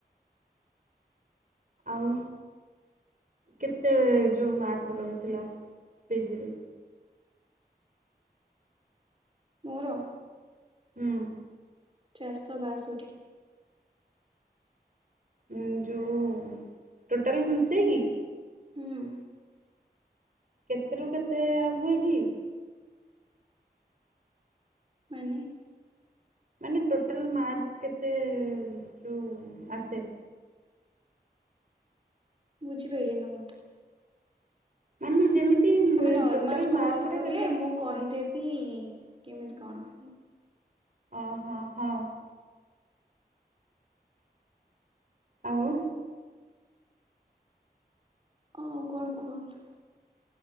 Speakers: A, on the right (about 50°); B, on the right (about 35°).
A: ଆଉ କେତେ, ଯୋଉ ମାର୍କ ରହିଥିଲା? ପିଜିରେ?
B: ମୋର।
A: ହୁଁ।
B: ଚାରିଶହ ବାଷଠି।
A: ଉଁ ଯୋଉ, ଟୋଟାଲ ମିଶେଇକି?
B: ହୁଁ
A: କେତେ ରୁ କେତେ ହୁଏ କିି?
B: ମାନେ?
A: ମାନେ ଟୋଟାଲ ମାର୍କ କେତେ, ଯଉ ଆସେ?
B: ବୁଝି ପାରିଲିନି ତମ କଥା।
A: ମାନ ଯେମିତି
B: ତମେ ନର୍ମାଲ୍
A: ଟୋଟାଲ
B: କଲ୍
A: ମାର୍କଟା
B: କଲେ
A: କେତେ?
B: ମୁଁ କହିଦେବି, କେମିତି କଣ।
A: ଓ ହୋ। ହଁ। ଆଉ
B: ଆଉ କଣ କୁହନ୍ତୁ?